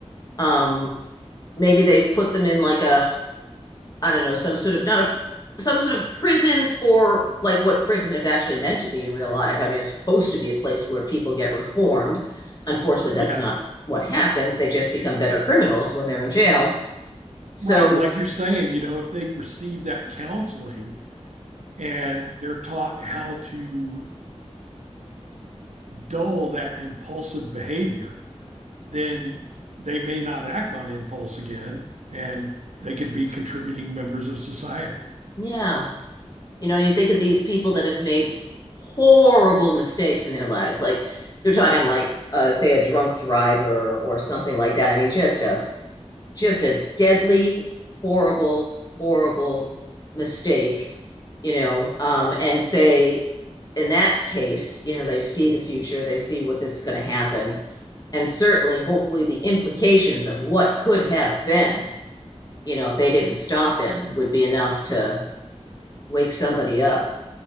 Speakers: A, on the left; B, on the right.
A: Um, maybe they put them in like a I don't know, some sort of not a some sort of prison for like what prison is actually meant to be in real life. I mean, it's supposed to be a place where people get reformed. Unfortunately, that's
B: Yes.
A: not what happens. They just become better criminals when they're in jail. So,
B: Right. And like you're saying, you know, if they receive that counseling and they're taught how to dull that impulsive behavior, then they may not act on impulse again and they could be contributing members of society.
A: yeah, you know, you think of these people that have made horrible mistakes in their lives. Like you're talking like uh, say a drunk driver or something like that. I mean, just a just a deadly, horrible, horrible mistake, you know, um, and say, in that case, you know, they see the future, they see what this is going to happen, and certainly, hopefully, the implications of what could have been, you know, if they didn't stop him, would be enough to wake somebody up.